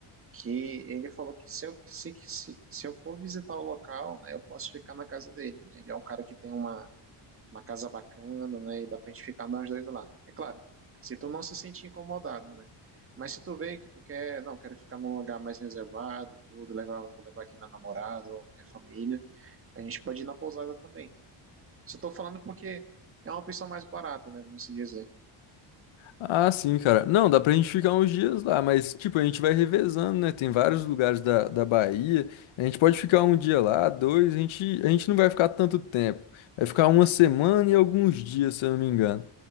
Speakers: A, on the right; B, on the left.
A: que ele falou que se eu, se, se, se eu for visitar o local, né, eu posso ficar na casa dele, né? Ele é um cara que tem uma, uma casa bacana, né, e dá pra gente ficar nós dois lá. É claro, se tu não se sentir incomodado, né? Mas se tu vê que tu quer, não, quero ficar num lugar mais reservado, tudo, levar, vou levar aqui minha namorada ou minha família, a gente pode ir na pousada também. Só tô falando porque é uma opção mais barata, né, vamos se dizer.
B: Ah, sim, cara. Não, dá pra gente ficar uns dias lá, mas, tipo, a gente vai revezando, né? Tem vários lugares da, da Bahia. A gente pode ficar um dia lá, dois. A gente, a gente não vai ficar tanto tempo. Vai ficar uma semana e alguns dias, se eu não me engano.